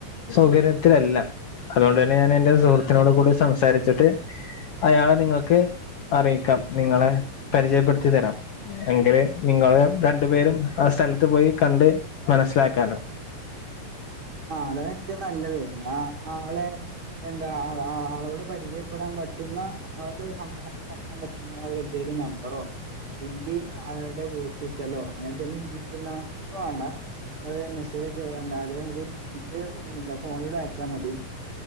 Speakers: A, on the left; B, on the right.
A: സൗകര്യത്തിലല്ല അതുകൊണ്ട് തന്നെ ഞാൻ എന്റെ സുഹൃത്തിനോട് കൂടി സംസാരിച്ചിട്ട് അയാളെ നിങ്ങൾക്ക് അറിയിക്കാം നിങ്ങളെ പരിചയപ്പെടുത്തി തരാം എങ്കില് നിങ്ങള് രണ്ടു പേരും ആ സ്ഥലത്ത് ത്ത് പോയി കണ്ട് മനസ്സിലാക്കാലോ
B: ആ അതാണ് ഏറ്റവും നല്ലത് ആഹ് ആളെ എന്താ ആളോട് പരിചയപ്പെടാൻ പറ്റുന്ന അത് സംഭാഷണം നടത്താൻ പറ്റുന്ന അവര് എന്തേലും നമ്പറോ അല്ലെങ്കിൽ ആൾടെ വീട്ട് സ്ഥലോ അങ്ങനെ എന്തേലും നിക്കുന്ന ഇപ്പൊ വേണ്ട നിങ്ങൾ മെസ്സേജ് അയച്ച്തന്നാല് എനിക്ക് എന്താ ഫോണിലൂടെ അയച്ചാ മതി